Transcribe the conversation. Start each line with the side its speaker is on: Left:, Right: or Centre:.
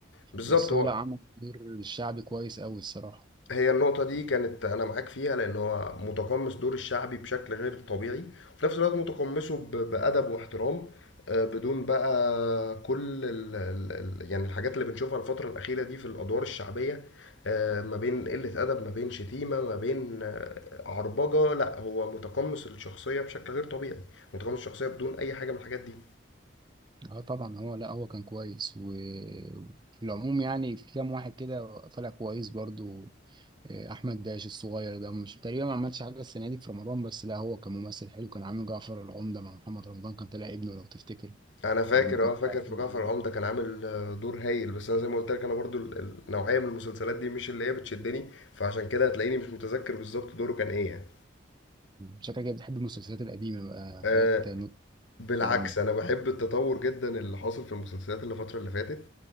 Left: بالظبط
Right: بس
Left: هو
Right: هو لا عمل دور الشعبي كويس قوي الصراحة
Left: هي النقطة دي كانت أنا معاك فيها لأن هو متقمص دور الشعبي بشكل غير طبيعي وفي نفس الوقت متقمصه ب- بأدب واحترام آه، بدون بقى كل ال ال ال يعني الحاجات اللي بنشوفها الفترة الأخيرة دي في الأدوار الشعبية آه، ما بين قلة أدب ما بين شتيمة ما بين آه، عربجة لا هو متقمص الشخصية بشكل غير طبيعي متقمص الشخصية بدون أي حاجة من الحاجات دي
Right: اه طبعا هو لا هو كان كويس وفي العموم يعني في كام واحد كده طلع كويس برضو آه، احمد داش الصغير ده مش تقريبا ما عملش حاجة السنة دي في رمضان بس لا هو كممثل حلو كان عامل جعفر العمدة مع محمد رمضان كان طلع ابنه لو تفتكر
Left: انا فاكر
Right: لما كان
Left: اه فاكر
Right: طالع في
Left: في
Right: رمضان.
Left: جعفر العمدة كان عامل آه، دور هايل بس انا زي ما قلت لك انا برضو ال- ال- النوعية من المسلسلات دي مش اللي هي بتشدني فعشان كده هتلاقيني مش متذكر بالظبط دوره كان ايه يعني
Right: شكلك كده بتحب المسلسلات القديمة بقى
Left: أه
Right: حاجات نوت
Left: بالعكس
Right: الكلام ده
Left: انا بحب التطور جدا اللي حاصل في المسلسلات اللي الفترة اللي فاتت